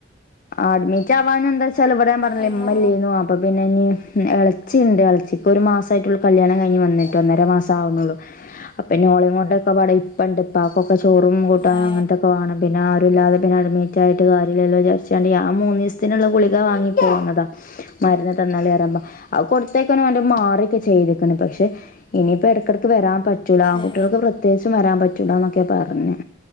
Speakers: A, on the left; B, on the left.
A: അഡ്മിറ്റാവാഞ്ഞെന്താച്ചാല് ഇവടെ ഞാൻ പർഞ്ഞിലേ
B: അള്ളാ
A: ഇമ്മല്ലേന്നു. അപ്പ പിന്നെനി എളെച്ചിണ്ട് എളെച്ചിപ്പൊരു മാസായിറ്റൊള്ളു കല്ല്യാണം കഴിഞ്ഞ് വന്നിട്ട് ഒന്നര മാസാവുണൊള്ളൂ. അപ്പപിന്നെ ഓളിങ്ങോണ്ടൊക്കെപാടെ ഇപ്പണ്ട്‌. ഇപ്പാക്കൊക്കെ ചോറും കൂട്ടാൻ
B: ഏ,
A: അങ്ങനത്തൊക്കെ വാണം. പിന്നെ ആരും ഇല്ലാതെ പിന്നെ അഡ്‌മി റ്റായിട്ട് കാര്യല്ലല്ലോ വിചാര്ച്ച്കാണ്ട് ഞാൻ മൂന്നീസത്തിന്ള്ള ഗുളികാ വാങ്ങിപ്പോന്നതാ. മര്ന്ന് തന്നാളിയറിമ്പം. അത് കൊടുത്തേക്കന്നെ ഓന്റെ മാറ്യൊക്കെ ചെയ്ത്ക്ക്ണ്. പക്ഷെ ഇനിയിപ്പ എട്ക്കെട്ക്ക് വരാൻ പറ്റൂല. ആങ്കുട്ട്യാൾക്ക്
B: ഏ,
A: പ്രത്യേകിച്ചും വരാൻ പറ്റൂലാന്നൊക്കെ പർഞ്ഞ്.